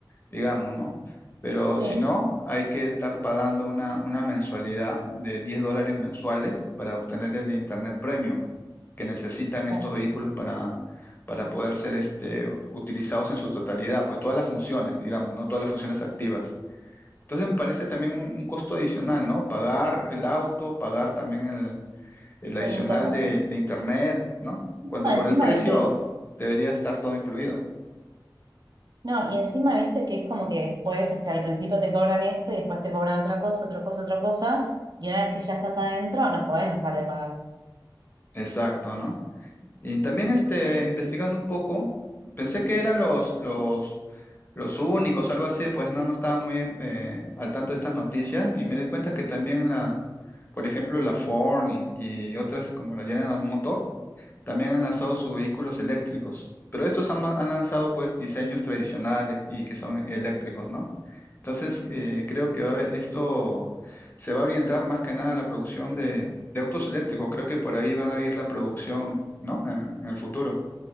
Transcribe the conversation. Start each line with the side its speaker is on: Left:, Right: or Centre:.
Left: digamos, ¿no? Pero
Right: sí,
Left: si no, hay que estar pagando una, una mensualidad de 10 dólares mensuales para obtener el Internet Premium que necesitan
Right: con-
Left: estos vehículos para, para poder ser este, u- utilizados en su totalidad, pues todas las funciones, digamos, ¿no? Todas las funciones activas. Entonces me parece también un, un costo adicional, ¿no? Pagar el auto, pagar también el, el adicional
Right: en internet.
Left: de, de Internet, ¿no?
Right: No,
Left: Cuando
Right: encima,
Left: por el precio
Right: viste,
Left: debería estar todo incluido.
Right: no, y encima, viste que es como que después, o sea, al principio te cobran esto y después te cobran otra cosa, otra cosa, otra cosa, y una vez que ya estás adentro, no podés dejar de pagar.
Left: Exacto, ¿no? Y también este, investigando un poco, pensé que eran los, los, los únicos, algo así, pues no, no estaba muy en- eh, al tanto de estas noticias y me di cuenta que también la, por ejemplo, la Ford y, y otras como la General Motors también han lanzado sus vehículos eléctricos, pero estos han, ma- han lanzado pues diseños tradicionales y que son eléctricos, ¿no? Entonces, eh, creo que va a haber- esto se va a orientar más que nada a la producción de, de autos eléctricos. Creo que por ahí van a ir la producción, ¿no? En, en el futuro.